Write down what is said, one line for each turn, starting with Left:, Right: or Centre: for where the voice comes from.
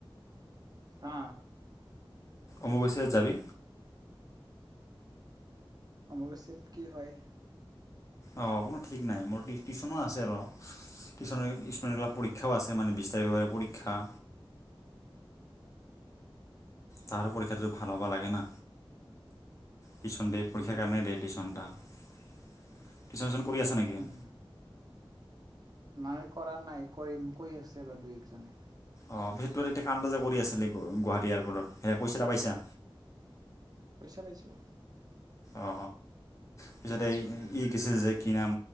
Right: অ
Left: অমাৱশ্যা‌ত যাবি
Right: অমবাচীত কি হয়?
Left: অ কোনো ঠিক নাই মোৰ টিউশচনো আছে আৰু টিউচন বিলাক পৰীক্ষাও আছে মানে বিশ তাৰিখৰ পৰীক্ষা। তাৰো পৰীক্ষাটোত ভাল হ'বা লাগে ন, টিশন দে পীৰ
Right: তাইতো
Left: কাৰণেই টিউচনটা কি? কৰি আছা নেকি?
Right: উম নাই কৰা নাই কৰিম কৈ আছে ৰ দুই একজনে
Left: অ ভিতৰত এতি কামটো যে কৰি আছিলে গুৱাহাটী এয়াৰপৰ্টত সে কইচা এটা পাইছা
Right: পইচা লাইছো
Left: অ পিছতে ই কছিল যে কি নাম?